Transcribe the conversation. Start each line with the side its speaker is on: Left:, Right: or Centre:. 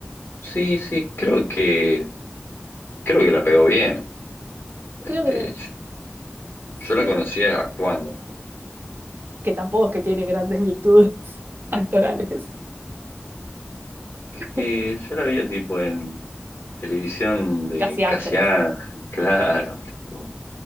Left: sí, sí, creo que creo que la pegó bien. Este,
Right: creo que le-
Left: yo, yo
Right: sí,
Left: la conocía actuando.
Right: que tampoco es que tiene grandes virtudes <laughs> actorales,
Left: Es
Right: <laughs>
Left: que yo la veía tipo en televisión de
Right: casi ángeles.
Left: Casi Ángel, claro, tipo,